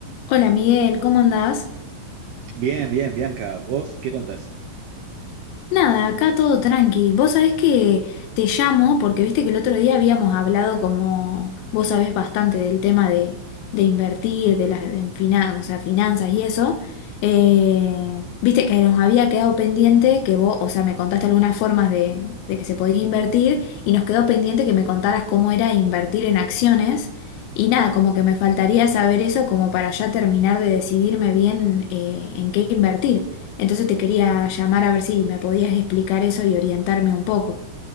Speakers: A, on the left; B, on the right.
A: Hola Miguel, ¿cómo andás?
B: Bien, bien, Bianca. ¿Vos qué contás?
A: Nada, acá todo tranqui. Vos sabés que te llamo porque viste que el otro día habíamos hablado como vos sabés bastante del tema de, de invertir, de las de finan- o sea, finanzas y eso. Eh, viste que nos había quedado pendiente que vos, o sea, me contaste algunas formas de, de que se podía invertir y nos quedó pendiente que me contaras cómo era invertir en acciones. Y nada, como que me faltaría saber eso como para ya terminar de decidirme bien eh, en qué invertir. Entonces te quería llamar a ver si me podías explicar eso y orientarme un poco.